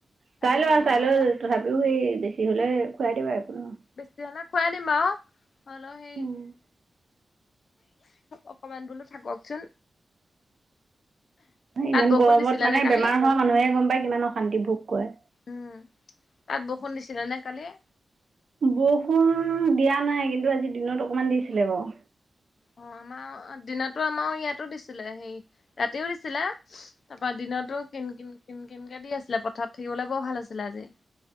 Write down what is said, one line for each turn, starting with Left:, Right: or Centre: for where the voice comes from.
Right: চাই
Left: আজি
Right: লোৱা,
Left: মংগলবাৰ
Right: চাই লৈ
Left: যে
Right: তথাপিও সেই বেছি হলে খুৱাই দিবা একো নহয়।
Left: বেছি হলে খুৱাই দিমা বাৰু, হ'লেও সেই
Right: নহয়।
Left: অকমান বোলো থাককচোন।
Right: ইমান
Left: তাত বৰষুণ
Right: গৰমত
Left: দিছিলে
Right: মানে
Left: নে কালি
Right: বেমাৰ হোৱা মানুহেহে গম পায়, কিমান অশান্তি ভোগ কৰে।
Left: উম, তাত বৰষুণ দিছিলে নে কালি?
Right: বৰষুণ দিয়া নাই, কিন্তু আজি দিনত অকমান দিছিলে বাৰু।
Left: অ', আমাও দিনতো আমাও ইয়াতো দিছিলে হেৰী ৰাতিও দিছিলে। তাৰপা, দিনতো কিন কিন কিন কিনকে দি আছিলে, পথাৰত থাকিবলৈ বৰ ভাল আছিলে আজি।